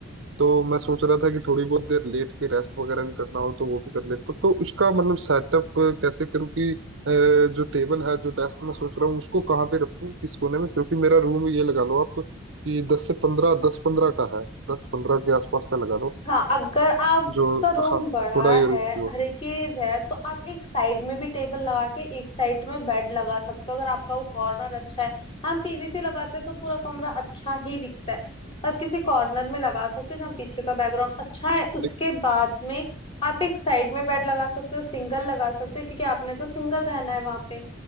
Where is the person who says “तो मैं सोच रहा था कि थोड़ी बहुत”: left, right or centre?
Right